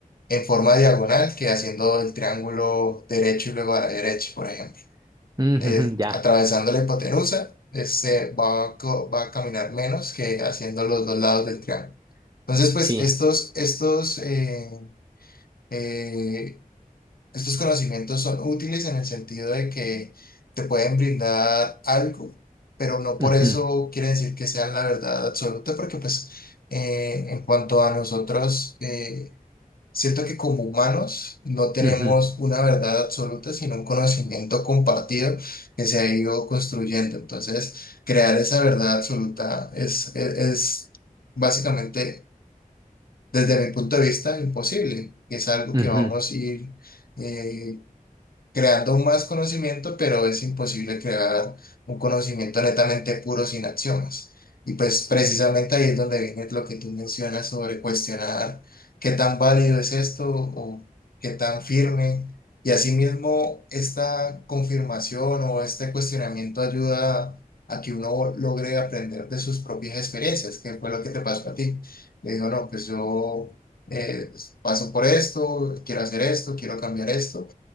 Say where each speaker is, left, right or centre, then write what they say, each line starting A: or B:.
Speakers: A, on the left (about 85°); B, on the right (about 25°).
A: en forma diagonal que haciendo el triángulo derecho y luego a la derecha, por ejemplo
B: ujú,
A: eh,
B: ujú, ya,
A: atravesando la hipotenusa, eh, se va, a co- va a caminar menos que haciendo los dos lados del triángulo. Entonces, pues
B: sí.
A: estos, estos, eh, eh, estos conocimientos son útiles en el sentido de que te pueden brindar algo, pero no por
B: Ujú,
A: eso quiere decir que sean la verdad absoluta, porque pues eh, en cuanto a nosotros, eh, Siento que como humanos no tenemos
B: ujú,
A: una verdad absoluta, sino un conocimiento compartido que se ha ido construyendo. Entonces, crear esa verdad absoluta es, es, es básicamente, desde mi punto de vista, imposible. Es algo
B: ujú.
A: que vamos a ir eh, creando más conocimiento, pero es imposible crear un conocimiento netamente puro sin acciones. Y pues precisamente ahí es donde viene lo que tú mencionas sobre cuestionar qué tan válido es esto o qué tan firme. Y asimismo, esta confirmación o este cuestionamiento ayuda a que uno logre aprender de sus propias experiencias, que fue lo que te pasó a ti. Le digo, no, pues yo eh, paso por esto, quiero hacer esto, quiero cambiar esto